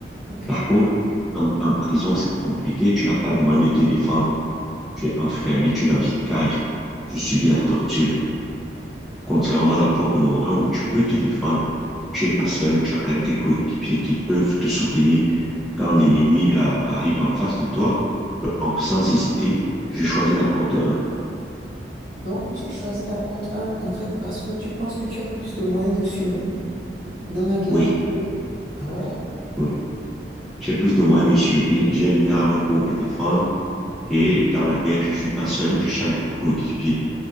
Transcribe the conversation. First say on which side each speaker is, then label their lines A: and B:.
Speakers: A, on the right; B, in the centre.
A: ok.
B: Par contre, en, en prison, c'est compliqué, tu n'as pas de moyen de te défendre, tu es enfermé, tu es dans une cage, tu subis la torture. Contrairement à la porte numéro un où tu peux te défendre, tu n'es pas seul, tu as quand même tes coéquipiers qui peuvent te soutenir quand l'ennemi arrive en face de toi. Donc, sans hésiter, je choisis la porte un.
A: Donc, tu choisis la porte un en fait, parce que tu penses que tu as plus de moyens de survie dans la guerre
B: Oui,
A: que... Ah ouais?
B: oui. J'ai plus de moyens de suivi, j'ai une arme pour me défendre Et dans la guerre, je suis pas seul, je suis avec des coéquipiers.